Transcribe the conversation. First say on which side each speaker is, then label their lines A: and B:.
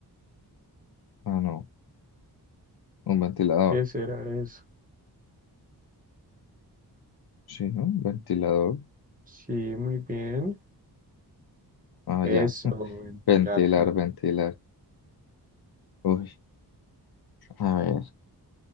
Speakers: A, on the left (about 65°); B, on the right (about 20°).
A: Ah, no. Un ventilador.
B: ¿Qué será eso?
A: Sí, ¿no? Un ventilador.
B: Sí, muy bien.
A: Ah,
B: Eso,
A: ya. <laughs>
B: ventilar.
A: Ventilar, ventilar. Uy, a ver.